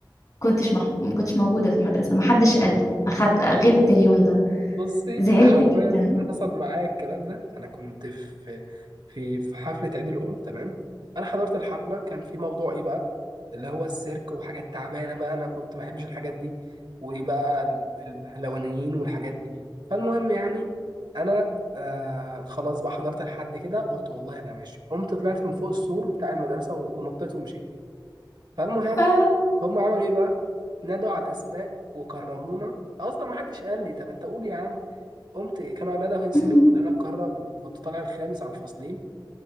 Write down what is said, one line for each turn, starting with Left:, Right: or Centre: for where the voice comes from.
Left: كنتش مح... ما كنتش موجودة في المدرسة ما حدش قال لي أخدت غبت اليوم ده
Right: بصي
Left: زعلت
Right: حرفيا
Left: جدا
Right: حصل معايا الكلام ده انا كنت في في في حفله عيد الام تمام انا حضرت الحفله كان في موضوع ايه بقى اللي هو السيرك وحاجات تعبانه بقى انا كنت ما بحبش الحاجات دي وبقى ال- البهلوانيين والحاجات دي فالمهم يعني انا آه خلاص بقى حضرت لحد كده قلت والله انا ماشي قمت طلعت من فوق السور بتاع المدرسه ونطيت ومشيت فالمهم
Left: يا
Right: هم عملوا ايه بقى نادوا على الاسماء وكرمونا اصلا ما حدش قال لي طب انت قول يا عم قمت إيه، كان عناد اسمي
Left: أم،
Right: لأن أنا القاهرة كنت طالع الخامس على الفصلين